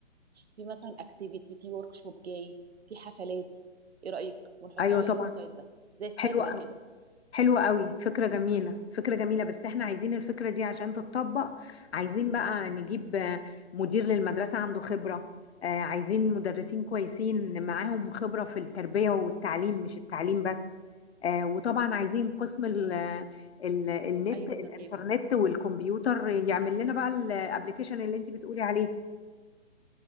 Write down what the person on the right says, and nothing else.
في مثلا اكتيفيتي في ورك شوب جاي في حفلات ايه رأيك ونحطها
على
الويب سايت ده زي سكادول
كده
ايوه
تمام